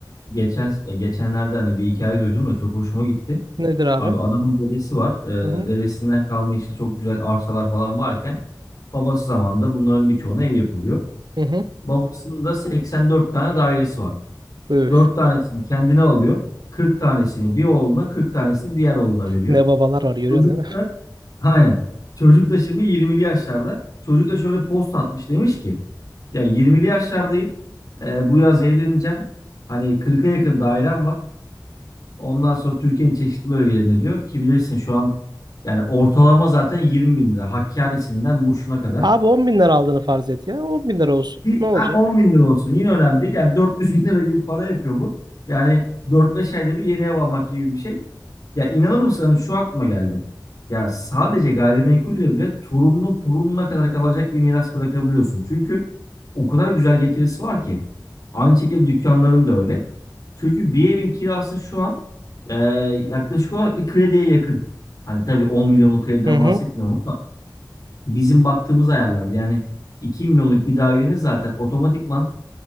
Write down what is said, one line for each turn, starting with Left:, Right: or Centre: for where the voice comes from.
Left: geçen e, geçenlerde hani bir hikaye duydum da çok hoşuma gitti.
Right: Nedir abi?
Left: Abi adamın dedesi var. Ee,
Right: Hı hı.
Left: dedesinden kalma işte çok güzel arsalar falan varken babası zamanında bunların birçoğuna ev yapılıyor.
Right: Hı hı.
Left: Babasının da 84 tane dairesi var.
Right: Üf,
Left: 4 tanesini kendine alıyor. kırk tanesini bir oğluna, 40 tanesini diğer oğluna veriyor.
Right: ne babalar var görüyorsun
Left: Çocuk
Right: değil mi?
Left: da
Right: <laughs>
Left: aynen. Çocuk da şimdi 20'li yaşlarda. Çocuk da şöyle post atmış demiş ki ya 20'li yaşlardayım. Ee, bu yaz evleneceğim. Hani 40'a yakın dairem var. Ondan sonra Türkiye'nin çeşitli bölgelerinde diyor ki bilirsin şu an yani ortalama zaten 20 bin lira. Hakkari'sinden Muş'una kadar.
Right: Abi 10 bin lira aldığını farz et ya. 10 bin lira olsun.
Left: Bir,
Right: Ne olacak?
Left: ha, 10 bin lira olsun yine önemli değil. Yani 400 bin lira gibi para yapıyor bu. Yani 4-5 ayda bir yeni ev almak gibi bir şey. Ya inanır mısın hani şu aklıma geldi. Ya sadece gayrimenkulle bile torunun torununa kadar kalacak bir miras bırakabiliyorsun. Çünkü o kadar güzel getirisi var ki. Aynı şekilde dükkanların da öyle. Çünkü bir evin kirası şu an e, yaklaşık olarak bir krediye yakın. Hani tabii 10 milyonluk krediden
Right: Hı hı.
Left: bahsetmiyorum bizim baktığımız ayarlar, yani 2 milyonluk bir dairenin zaten otomatikman